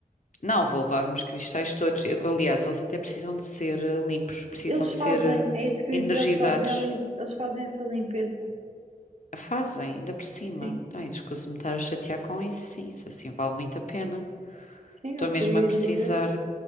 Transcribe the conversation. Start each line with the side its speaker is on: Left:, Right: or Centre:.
Left: Não, vou levar meus cristais todos. Eu- Aliás, eles até precisam de ser eh, limpos, precisam
Right: Eles
Left: de
Right: fazem,
Left: ser eh,
Right: é isso que
Left: energizados.
Right: eu ia dizer, eles fazem, a lim- eles fazem essa limpeza.
Left: Fazem, ainda por cima.
Right: Sim,
Left: Ai, desculpe-me estar a chatear com isso, sim, isso assim vale muito a pena.
Right: sim,
Left: Estou
Right: é o que
Left: mesmo
Right: eu ia
Left: a precisar,
Right: dizer.